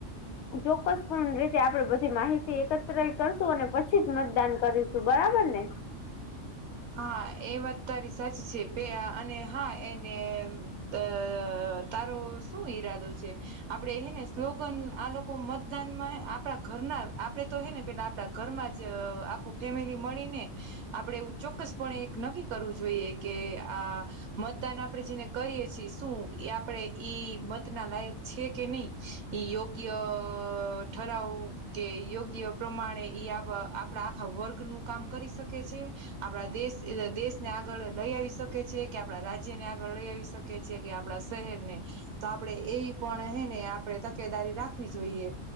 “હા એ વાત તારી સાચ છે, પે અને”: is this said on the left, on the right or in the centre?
Right